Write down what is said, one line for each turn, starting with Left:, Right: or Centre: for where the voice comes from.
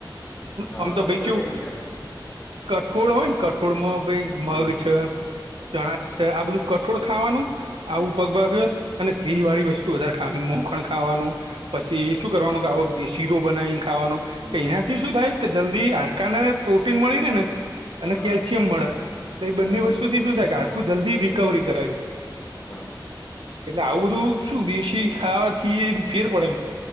Left: હવ
Right: આમ તો
Left: કોઈ
Right: ભાઈ
Left: બનાય
Right: કેવું
Left: નહિ આલતુ
Right: કઠોળ હોય ને કઠોળમાં ભઈ મગ
Left: હમ હમ
Right: છે ચણા છે આ બધું કઠોળ ખાવાનું આવું પગ ભાગ્યો અને ઘી વાળી વસ્તુ વધારે ખાવાની મો ખણ ખાવાનું પછી શું કરવાનું કે આવો શીરો બનાવીને ખાવાનું
Left: હમ
Right: કે
Left: હમ
Right: ઇના શું થાય કે જલ્દી હાડકા ને પ્રોટીન મળી રેન અને
Left: હા
Right: કેલ્શિયમ
Left: હા
Right: મળે એટલે એ બંને
Left: સાચી
Right: વસ્તુથી
Left: વાત
Right: શું થાય કે હાડકુ જલ્દી રિકવરી કરય ઈમ
Left: તો હ
Right: એટલે આવું બધું શું દેશી ખાવાથી એ ફેર પડે એમ.